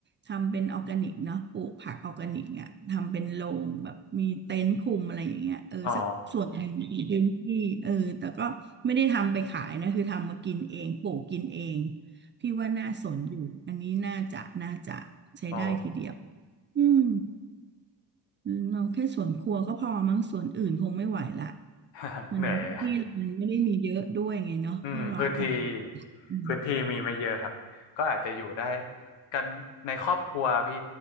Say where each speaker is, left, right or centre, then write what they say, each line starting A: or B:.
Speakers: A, on the right; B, on the left.
A: ทำเป็นออร์แกนิกเนาะปลูกผักออร์แกนิกอ่ะทำเป็นโรงแบบมีเต็นท์คุมอะไรอย่างเงี้ยเออสักส่วนหนึ่งในพื้นที่เออแต่ก็ไม่ได้ทำไปขายนะคือทำมากินเองปลูกกินเอง
B: อ๋อ
A: พี่ว่าน่าสนอยู่อันนี้น่าจะน่าจะใช้ได้ทีเดียว
B: โอ้
A: อืม อืมเราแค่สวนครัวก็พอมั้งสวนอื่นคงไม่ไหวละ
B: <laughs>
A: มันที่มันไม่ได้มีเยอะด้วยไงเนาะแค่ร้อยตาราง
B: เหนื่อยนะ <laughs> อืมพื้นที่
A: อืม
B: พื้นที่มีไม่เยอะครับก็อาจจะอยู่ได้กันในครอบครัวพี่